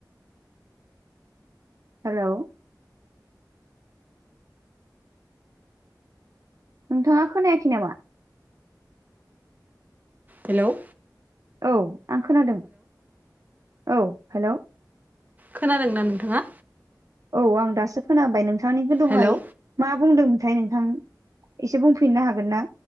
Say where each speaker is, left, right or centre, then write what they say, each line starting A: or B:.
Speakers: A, on the right; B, on the right.
A: हेल' नोंथाङा खोनायखि नामा
B: हेल'
A: औ आं खोनादों औ हेल'।
B: खोनादोंना नोंथाङा?
A: औ आं दासो खोनाबाय नोंथांनिखौ दहाय
B: हेलौ
A: मा बुंदोंमोनथाय नोंथां एसे बुंफिननो हागोन ना?